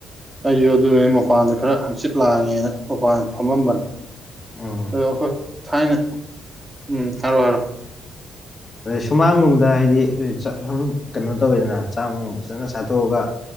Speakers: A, on the right; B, on the left.
A: ꯑꯩꯁꯨ ꯑꯗꯨꯅꯦ ꯃꯄꯥꯟꯗ ꯈꯔ ꯍꯪꯆꯤꯠ ꯂꯥꯡꯉꯦꯅ ꯃꯄꯥꯟꯗ ꯐꯝꯃꯝꯕꯅꯦ
B: ꯎꯝ
A: <unintelligible> ꯑꯈꯣꯏ ꯊꯥꯏꯅ ꯎꯝ ꯊꯔꯣ ꯍꯥꯏꯔꯣ
B: ꯗꯩ ꯁꯨꯃꯥꯡꯒꯨꯝꯕꯗ ꯍꯥꯏꯗꯤꯥ ꯆꯠ ꯁꯨꯝ ꯀꯩꯅꯣ ꯇꯧꯋꯤꯗꯅ ꯆꯥꯛ ꯅꯨꯡ ꯐꯖꯅ ꯆꯥꯊꯣꯛꯑꯒ